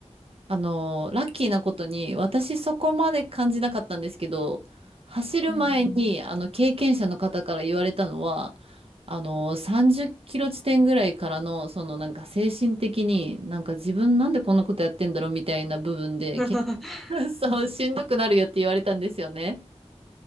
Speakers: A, on the right; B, in the centre.
A: あの、ラッキーなことに、私そこまで感じなかったんですけど、走る前に、
B: うん
A: あの、経験者の方から言われたのは、あの、30キロ地点ぐらいからの、そのなんか精神的に、なんか自分なんでこんなことやってんだろうみたいな部分で、
B: うん。
A: 結構
B: <laughs>
A: <laughs> そう、しんどくなるよって言われたんですよね。